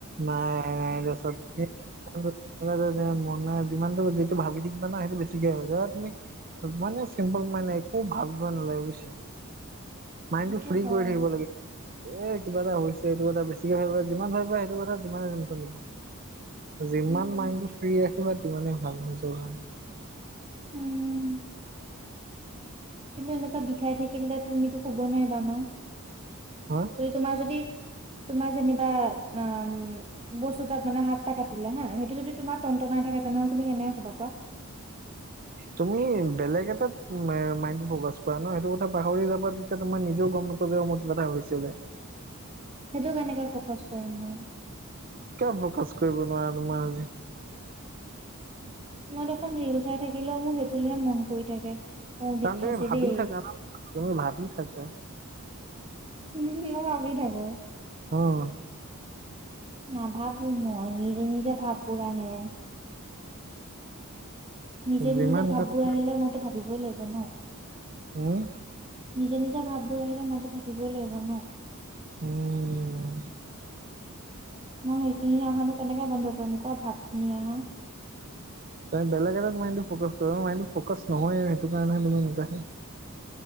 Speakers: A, on the right; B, on the right.
A: নাই -নাই <unintelligible> মনে যিমানটো যিটো ভাবি থাকিবা না সেইটো বেছিকে হৈ যায় ধৰা তুমি মানে চিম্পল মানে একো ভাবিব নালাগে বুইছা। মাইণ্ড
B: সেইটো
A: টো ফ্ৰী
B: হয়
A: কৰি থাকিব লাগে। এ'কিবা এটা হৈছে এইটো কথা বেছিকে ভাবিবা যিমান ভাবিবা সেইটো কথা তিমানে টেনশন লব। যিমান
B: উম।
A: মাইণ্ডটো ফ্ৰী ৰাখিবা তিমানেই ভাল হৈ যাব কাৰণে।
B: উম। কিন্তু এনেকুৱা বিষাই থাকিলে তুমিতো কব নোৱাৰিবা ন'
A: হা
B: যদি তোমাৰ যদি তোমাৰ যেনিবা অম বস্তু তাত মানে হাতটা কাটিলে হা সেইটো যদি তোমাৰ টনটনাই থাকে তেনেহ'লে তুমি কেনেক ক'বা কোৱা?
A: তুমি বেলেগ এতাত মাইণ্ডটো ফকাছ কৰা না সেইটো কথা পাহৰি যাবা তেতিয়া তোমাৰ নিজেও গম নোপোৱা মোৰ কিবা এটা হৈছিলে।
B: <inaudible> সেইটো কেনেকে ফকাচ কৰিম মই
A: কিয় ফকাচ কৰিব নোৱাৰা তোমাৰ আজি
B: মই দেখোন ৰীল চাই থাকিলেওঁ মোৰ সেইটোলৈহে মন কৰি থাকে অ
A: চানডে
B: বিষাইছে
A: ভাবি
B: দেই
A: থাকা তুমি ভাবি থাকা
B: উম মইও ভাবি থাকো।
A: উম।
B: নাভাবোঁ মই নিজে -নিজে ভাববোৰ আহে। নিজে-
A: যিমান
B: নিজে ভাববোৰ
A: কাম
B: আহিলে মইতো ভাবিবই লাগিব ন'
A: উম,
B: নিজে - নিজে ভাববোৰ আহিলে মইতো থাকিবই লাগিব ন'।
A: উম।
B: মই সেইখিনি আমানো কেনেকে বন্ধ কৰিম ক ভাপ খিনি আহা <unintelligible>
A: তই বেলেগ এ নহয় সেইটো কাৰণেহে তুমি <unintelligible> <unintelligible> জে